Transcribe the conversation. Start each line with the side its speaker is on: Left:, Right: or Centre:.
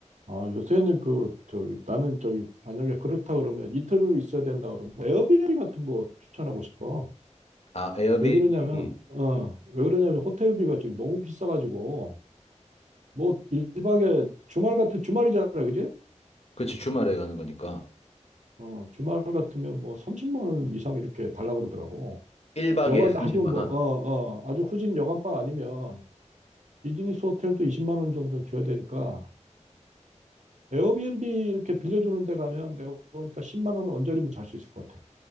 Right: 아, 요새는 그 저기 나는 저기 만약에 그렇다 그러면 이틀을 있어야 된다 그러면 에어비앤비 같은 거 추천하고 싶어.
Left: 아, 에어비앤비.
Right: 왜 그러냐면 어, 왜 그러냐면 호텔비가 지금 너무 비싸가지고 뭐 1박에 주말 같은 주말이잖아, 그지?
Left: 그치, 주말에 가는 거니까.
Right: 어, 주말 같으면 뭐 30만 원 이상 이렇게 달라고 그러더라고.
Left: 1박에
Right: 여관
Left: 30만
Right: 아주 뭐,
Left: 원.
Right: 어, 어, 아주 후진 여관방 아니면 비즈니스 호텔도 20만 원 정도는 줘야 되니까 에어비앤비 이렇게 빌려주는 데 가면 내가 보니까 10만 원 언저리면 잘 수 있을 것 같아.